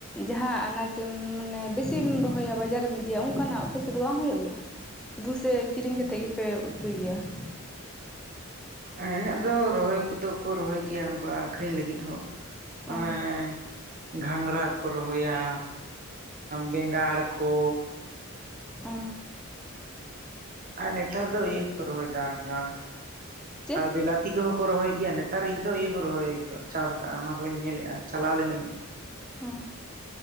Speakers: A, in the centre; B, on the right.
A: ᱡᱟᱦᱟᱸ ᱟᱱᱟᱡᱮᱢ ᱢᱟᱱᱮ ᱵᱮᱥᱤᱢ ᱨᱚᱦᱚᱭᱟ, ᱵᱟᱡᱟᱨᱢ ᱤᱫᱤᱭᱟ, ᱚᱱᱠᱟᱱᱟᱜ ᱟᱯᱮᱥᱮᱫ ᱫᱚ ᱵᱟᱝ ᱦᱩᱭᱩᱜ ᱜᱮᱭᱟ? ᱫᱩᱥᱮ ᱠᱤᱨᱤᱧ ᱠᱟᱛᱮᱫ ᱜᱮᱯᱮ ᱩᱛᱩᱭ ᱜᱮᱭᱟ ᱾
B: ᱦᱮᱸ ᱟᱫᱚ ᱨᱚᱦᱚᱭ ᱠᱚᱫᱚ ᱠᱚ ᱨᱚᱦᱚᱭ ᱜᱮᱭᱟ ᱚᱱᱠᱟ ᱟᱠᱷᱨᱤᱧ ᱞᱟᱹᱜᱤᱫ ᱦᱚᱸ᱾
A: ᱚ
B: ᱦᱮᱸ ᱜᱷᱟᱸᱝᱨᱟ ᱠᱚ ᱨᱚᱦᱚᱭᱟ, ᱵᱮᱸᱜᱟᱲ ᱠᱚ,
A: ᱚ
B: ᱟᱨ ᱱᱮᱛᱟᱨ ᱫᱚ ᱤᱭᱟᱹᱠᱚ ᱨᱚᱦᱚᱭ ᱫᱟ, ᱜᱟᱸ
A: ᱪᱮᱫ
B: ᱵᱤᱞᱟᱛᱤ ᱠᱚᱦᱚᱸ ᱠᱚ ᱨᱚᱦᱚᱭ ᱜᱮᱭᱟ ᱱᱮᱛᱟᱨ ᱫᱚ ᱤᱭᱟᱹ ᱠᱚ ᱨᱚᱦᱚᱭ ᱪᱟᱥ ᱟᱠᱟᱜ᱾ ᱚᱱᱟ ᱠᱚᱧ ᱧᱮᱞᱮᱫᱼᱟ ᱪᱟᱞᱟᱣ ᱞᱮᱱᱟᱹᱧ
A: ᱦᱮᱸ